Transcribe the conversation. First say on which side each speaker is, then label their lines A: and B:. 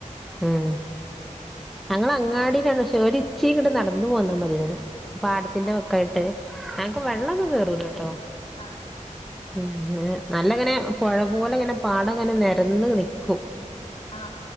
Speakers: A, in the centre; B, on the left.
A: ഉം ഞങ്ങ അങ്ങാടിയിലാണ്
B: എന്നാലും
A: പക്ഷേ ഒരിച്ചിയിങ്ങട്ട് നടന്ന അന്നന്ന് പോന്നാ മതി പാടത്തിന്റെ
B: ആ
A: വക്കായിട്ട് ഞങ്ങക്ക് വെള്ളമൊന്നും
B: ആ ആ
A: കേറൂലട്ടോ
B: ആ ആ
A: ഉ നല്ലങ്ങനെ പുഴ പോലെങ്ങനെ പാടംങ്ങനെ നിരന്ന് നിക്കും
B: ആ